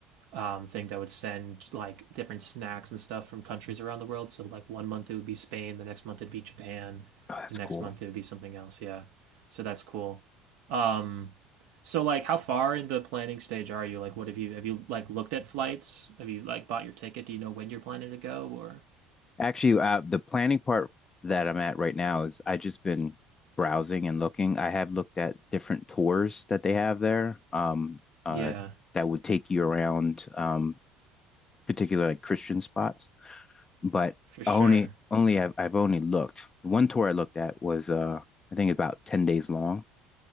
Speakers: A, on the right; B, on the left.
A: um, thing that would send like different snacks and stuff from countries around the world. So like one month it would be Spain, the next month it'd be Japan,
B: oh, that's
A: the next
B: cool.
A: month it would be something else. Yeah, so that's cool. Um, so like, how far in the planning stage are you? Like, what have you have you like looked at flights? Have you like bought your ticket? Do you know when you're planning to go? Or
B: Actually, uh, the planning part that I'm at right now is I just been browsing and looking. I have looked at different tours that they have there, um, uh,
A: yeah,
B: that would take you around, um, particular like Christian spots. But
A: for sure.
B: only, only I've, I've only looked. One tour I looked at was, uh, I think about 10 days long,